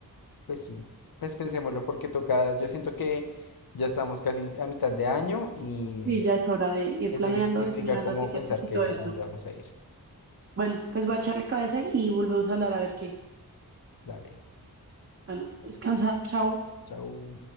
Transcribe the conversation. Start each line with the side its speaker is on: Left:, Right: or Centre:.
Left: Pues sí, pues pensémoslo porque toca, yo siento que ya estamos casi a mitad de año y
Right: Sí, ya es hora de ir
Left: eso
Right: planeando,
Left: im- implica
Right: ir mirando
Left: como
Right: etiquetas
Left: pensar
Right: y
Left: que
Right: todo esto.
Left: a dónde vamos a ir.
Right: Bueno, pues voy a echarle cabeza y volvemos a hablar a ver qué.
Left: Dale,
Right: Bueno,
Left: bueno,
Right: descansa, chao.
Left: chau.